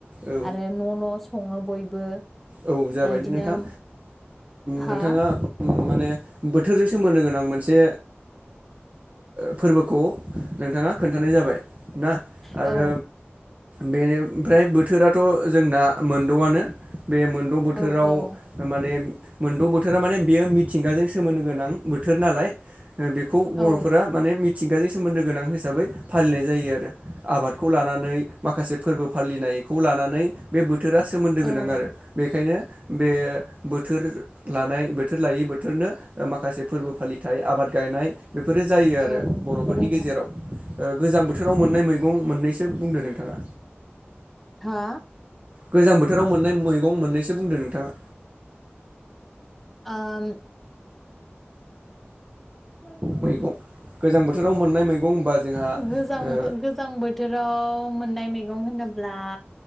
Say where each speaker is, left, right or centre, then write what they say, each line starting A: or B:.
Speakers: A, on the right; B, in the centre.
A: औ
B: आरो न' न' सङो बयबो
A: औ जाबाय
B: बिदिनो
A: दे नोंथां
B: हा
A: नोंथाङा। माने बोथोरजों सोमोन्दो गोनां मोनसे फोरबोखौ नोंथाङा खोन्थानाय जाबाय ना आरो
B: औ
A: बेनिफ्राय बोथोराथ' जोंना मोनद'आनो बे मोनद' बोथोराव
B: औ औ
A: माने मोनद' बोथोरा माने बेयो मिथिंगाजों सोमोन्दो गोनां बोथोर नालाय बेखौ बर'फोरा
B: औ
A: माने मि मिथिंगाजों सोमोन्दो गोनां हिसाबै फालिनाय जायो आरो आबादखौ लानानै माखासे फोरबो फालिनाय खौ लानानै बे बोथोरा सोमोन्दो
B: औ
A: गोनां आरो बेखायनो बे बोथोर लानाय बोथोर लायै बोथोरनो माखासे फोरबो फालिथाय आबाद गायनाय बेफोरो जायो
B: औ
A: आरो बर'फोरनि
B: नंगौ नोंथां
A: गेजेराव गोजां बोथोर बोथोराव मोननाय मैगं मोननैसो बुंदो नोंथाङा।
B: हा
A: गोजां बोथोराव मोननाय मैगं मोननैसो बुंदो नोंथाङा।
B: ओम <unintelligible>
A: मैगं गोजां बोथोराव मोननाय मैगं होनबा जोंहा
B: गोजां
A: ओ
B: गोजां बोथोराव मोननाय मैगं होनोब्ला